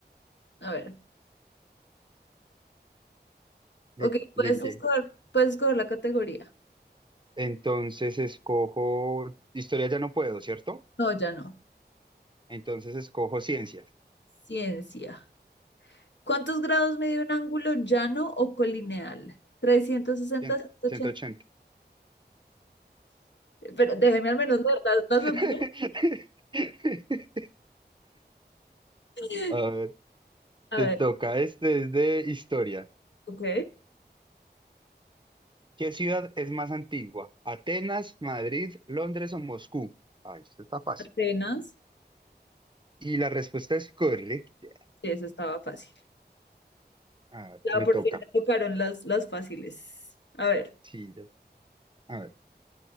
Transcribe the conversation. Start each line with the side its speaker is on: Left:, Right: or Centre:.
Left: A ver,
Right: ¿de,
Left: ok, puedes
Right: de qué?
Left: escoger, puedes escoger la categoría.
Right: Entonces escojo, historia ya no puedo, ¿cierto?
Left: No, ya no.
Right: Entonces escojo ciencias,
Left: Ciencia. ¿Cuántos grados mide un ángulo llano o colineal? Trescientos sesenta,
Right: Cien-
Left: ciento
Right: ciento
Left: ochenta.
Right: ochenta.
Left: Pero déjeme al menos leer las, las
Right: <laughs>
Left: opciones. <laughs>
Right: A ver,
Left: A
Right: te
Left: ver,
Right: toca, este es de historia.
Left: ok.
Right: ¿Qué ciudad es más antigua? ¿Atenas, Madrid, Londres o Moscú? Ay, esto está fácil.
Left: Atenas,
Right: Y la respuesta es correcta.
Left: sí, eso estaba fácil.
Right: A ver,
Left: Ya
Right: me
Left: por
Right: toca.
Left: fin me tocaron las, las fáciles. A ver,
Right: Sí, ya. A ver.